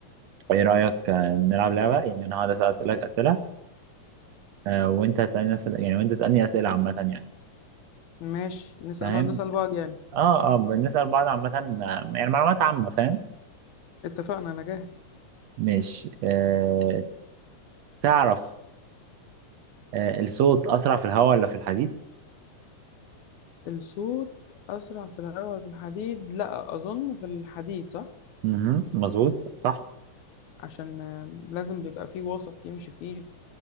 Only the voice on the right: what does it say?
ايه رايك آه، نلعب لعبه يعني انا هقعد أسأل- اسالك اسئله آه، وانت هتسالني نفس ال- يعني وانت تسالني اسئله عامه يعني
فاهم؟
اه اه بنسال بعض عامه آه، يعني معلومات عامه فاهم؟
مش آه تعرف آه الصوت اسرع في الهواء ولا في الحديد؟
مهم. مظبوط صح؟